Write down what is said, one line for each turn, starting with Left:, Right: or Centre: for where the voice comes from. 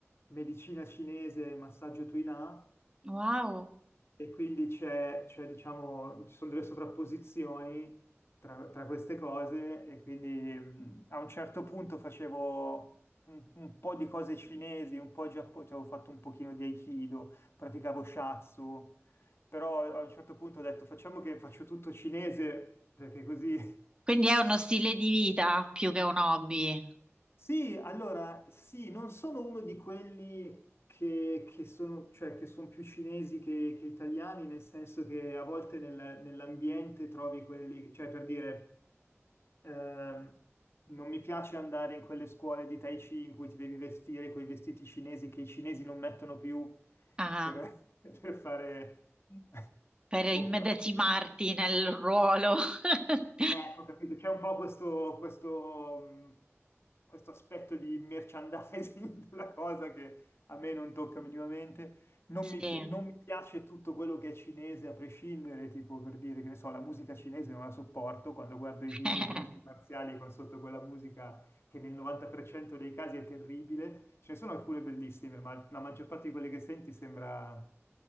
Left: medicina cinese e massaggio Tuina
Right: wow.
Left: e quindi c'è, c'è, diciamo, ci sono delle sovrapposizioni tra, tra queste cose e quindi mh, a un certo punto facevo un, un po' di cose cinesi, un po' giapponese, cioè, avevo fatto un pochino di Aikido, praticavo Shatsu, però a un certo punto ho detto facciamo che faccio tutto cinese perché così <laughs>
Right: Quindi è uno stile di vita più che un hobby.
Left: Sì, allora, sì, non sono uno di quelli che, che sono, cioè, che sono più cinesi che, che italiani, nel senso che a volte nel- nell'ambiente trovi quelli, cioè per dire, ehm, non mi piace andare in quelle scuole di Tai Chi in cui ti devi vestire quei vestiti cinesi che i cinesi non mettono più
Right: Ah,
Left: per, <laughs> per fare, <laughs>
Right: per immedesimarti
Left: o-
Right: nel ruolo. <laughs>
Left: Ecco, capito, c'è un po' questo, questo, mh, questo aspetto di merchandising <laughs> della cosa che a me non tocca minimamente. Non
Right: Sì,
Left: mi, pi- non mi piace tutto quello che è cinese a prescindere, tipo per dire che ne so, la musica cinese non la sopporto quando guardo
Right: <laughs>
Left: i video di arti marziali con sotto quella musica che nel 90% dei casi è terribile. Ce ne sono alcune bellissime, ma la maggior parte di quelle che senti sembra,